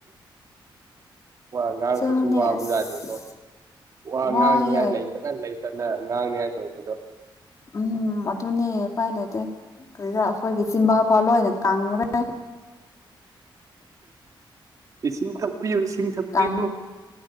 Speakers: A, on the right (about 40°); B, on the left (about 40°).
A: ꯋꯥ ꯉꯥꯡꯕꯁꯨ‌
B: ꯑꯁꯦꯡꯕꯅꯦ
A: ꯋꯥꯕꯖꯥꯠꯅꯤꯀꯣ
B: ꯑꯁ
A: ꯋꯥ
B: ꯋꯥꯏꯑꯦ
A: ꯉꯥꯡꯅꯤꯡꯉꯥꯏ ꯂꯩꯇꯅ ꯂꯩꯇꯅ ꯉꯥꯡꯅꯤꯡꯉꯥꯏ ꯇꯧꯕꯗꯣ
B: ꯎꯝ ꯑꯗꯨꯅꯦ ꯏꯄꯥꯏ ꯂꯩꯇꯦ ꯀꯔꯤꯔ ꯑꯩꯈꯣꯏꯒꯤ ꯆꯤꯝꯕꯥꯐꯥꯜ ꯂꯣꯏꯅ ꯀꯪꯈꯔꯦ
A: ꯏꯁꯤꯡ ꯊꯛꯄꯤꯌꯨ ꯏꯁꯤꯡ ꯊꯛꯄꯤꯌꯨ
B: ꯀꯪ